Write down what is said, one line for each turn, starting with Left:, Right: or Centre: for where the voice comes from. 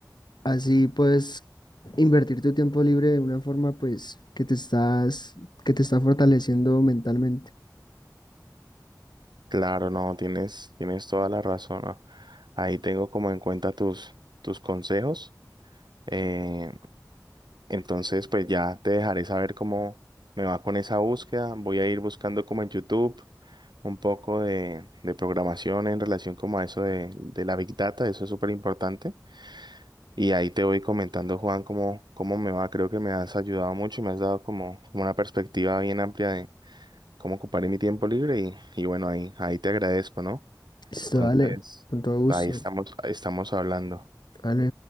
Left: así puedes invertir tu tiempo libre de una forma pues que te estás, que te está fortaleciendo mentalmente.
Right: claro, no, tienes, tienes toda la razón, ¿no? Ahí tengo como en cuenta tus, tus consejos. eh, Entonces, pues ya te dejaré saber cómo me va con esa búsqueda. Voy a ir buscando como en YouTube un poco de, de programación en relación como a eso de, de la Big Data. Eso es súper importante. Y ahí te voy comentando, Juan, cómo, cómo me va. Creo que me has ayudado mucho y me has dado como, como una perspectiva bien amplia de cómo ocuparé mi tiempo libre. Y, y bueno, ahí, ahí te agradezco, ¿no?
Left: Listo,
Right: Entonces,
Left: dale, con todo gusto.
Right: ahí estamos, ahí estamos hablando.
Left: Vale.